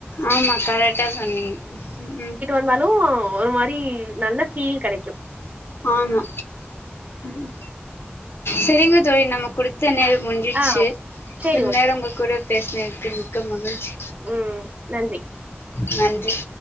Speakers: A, on the left; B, on the right.
A: ஆமா கரக்ட்டா சொன்னிங் உஉ
B: ந்தாலு ஒரு மாரி நல்ல ஃபீல் கடைக்யு
A: ஆமா ம் செரிங்க தோழி நம்ம குடுத்த நேர முன் கிட்ச்சு
B: ஆ சேரி
A: இ
B: ஓகே
A: நேரம் உங்க கூட பேசினக்கு மிக்க மகிழ்ச்சி
B: ம் நன்றி
A: நன்றி